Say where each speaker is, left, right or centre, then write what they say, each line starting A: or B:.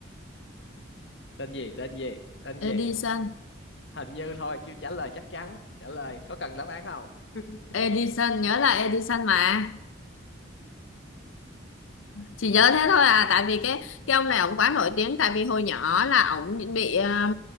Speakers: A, on the left; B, on the left.
A: tên gì tên gì tên
B: Edison
A: gì hình như thôi chưa trả lời chắc chắn trả lời có cần đáp án không <laughs>
B: Edison nhớ là Edison mà chỉ nhớ thế thôi à tại vì cái cái ông này ổng quá nổi tiếng tại vì hồi nhỏ là ổng bị ờ,